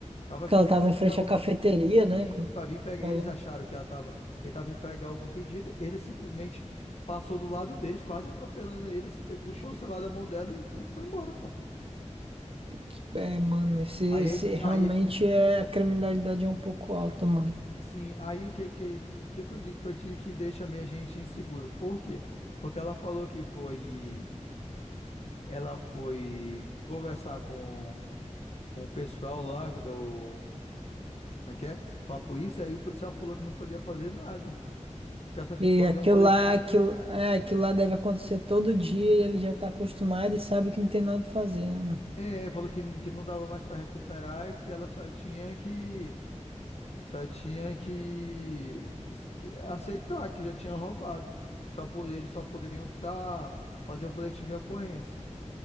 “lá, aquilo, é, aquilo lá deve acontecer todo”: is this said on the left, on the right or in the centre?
Right